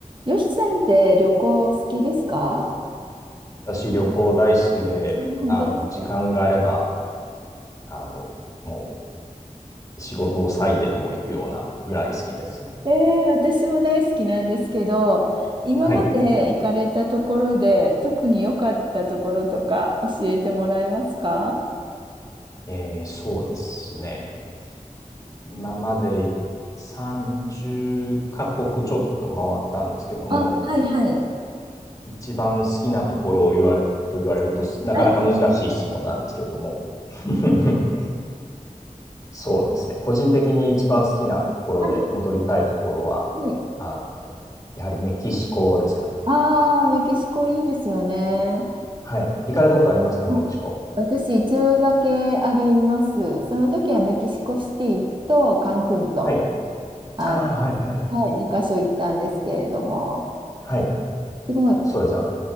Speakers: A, on the right; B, on the left.
A: よしさんって旅行好きですか
B: 私、旅行大好きで、
A: あ、本当ですか。
B: あの、時間があれば、あの、もう仕事を割いてでも行くようなぐらい好きです。
A: えー、私も大好きなんですけど、今まで行かれたところで特に良かったところとか教えてもらえますか
B: はい。えー、そうですね。今まで30カ国ちょっと回ったんですけども、
A: あ、はいはい。
B: 一番好きなところを言われ、と言われると、なかなか難しい質問なんですけども。
A: はい、
B: <laughs> そうですね。個人的に一番好きなところで戻りたいところは、
A: はい、はい。
B: あの、やはりメキシコですかね。
A: ああメキシコいいですよね。
B: はい。行かれたことありますか、
A: あ、
B: メキシコ。
A: 私一度だけあります。その時はメキシコシティとカンクンと、
B: はい。
A: あ
B: ああ、はいはい。
A: の、はい、2箇所行ったんですけれども、
B: はい。
A: すごい、
B: そうですね。